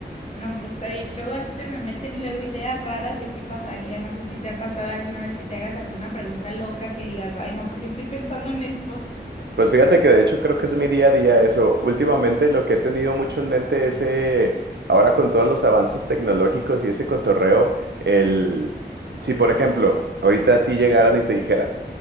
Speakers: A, on the left (about 35°); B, on the right (about 75°).
A: No, pues está bien. Luego así se me meten luego ideas raras de qué pasaría. No sé si te ha pasado alguna vez que te hagas alguna pregunta loca que digas, ay, no, porque estoy pensando en esto.
B: Pues fíjate que de hecho creo que es mi día a día eso. Últimamente lo que he tenido mucho en mente es, eh, ahora con todos los avances tecnológicos y ese cotorreo, el, si por ejemplo, ahorita a ti llegaran y te dijeran,